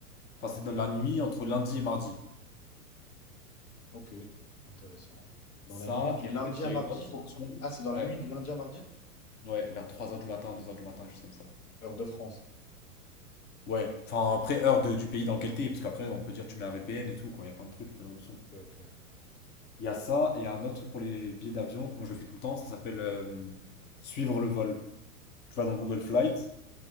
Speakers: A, on the left; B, on the left.
A: Enfin,
B: Ok,
A: c'est dans la nuit entre lundi et mardi.
B: ok, intéressant. Dans
A: Ça,
B: la nuit du
A: et
B: lundi
A: en fait, il
B: à mardi?
A: y a une autre.
B: Ah, c'est dans
A: Ouais,
B: la nuit du lundi à mardi?
A: ouais, vers trois heures du matin, deux heures du matin, quelque chose comme ça.
B: Heure de France.
A: Ouais, enfin, après, heure de- du pays dans lequel t'es, parce qu'après, on peut dire tu mets un VPN et tout, quoi. Il y a plein de trucs, plein d'options.
B: Ok, ok.
A: Il y a ça, et il y a un autre truc pour les billets d'avion. Moi, je le fais tout le temps. Ça s'appelle euh, suivre le vol. Tu vas dans Google Flight